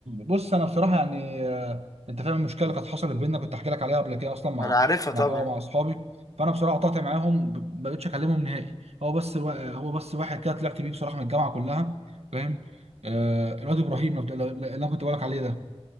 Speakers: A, on the right (about 75°); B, on the left (about 35°).
A: بص انا بصراحه يعني آه، انت فاهم المشكله اللي كانت حصلت بيننا كنت احكي لك عليها قبل كده اصلا مع
B: انا عارفها
A: مع
B: طبعا
A: اه مع اصحابي فانا بصراحه قطعت معاهم ب- ما بقتش اكلمهم نهائي هو بس الوا- هو بس واحد كده طلعت بيه بصراحه من الجامعه كلها فاهم آه الواد ابراهيم لو بت- اللي انا كنت بقول لك عليه ده